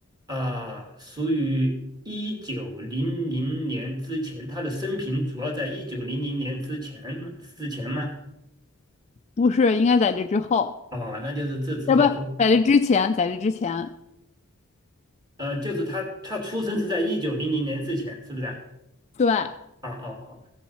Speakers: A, on the right; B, on the left.
A: 啊、属于一九零零年之前，他的生平主要在一九零零年之前吗之前吗？
B: 不是，应该在这之后，
A: 哦，那就是这之后，
B: 要不在这之前，在这之前，
A: 呃，就是他他出生是在一九零零年之前，是不是啊？
B: 对，啊
A: 哦哦哦，